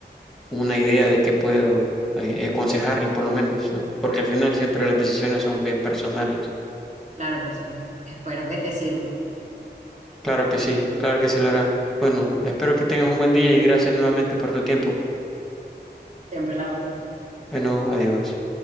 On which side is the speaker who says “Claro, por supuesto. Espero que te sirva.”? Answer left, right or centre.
Right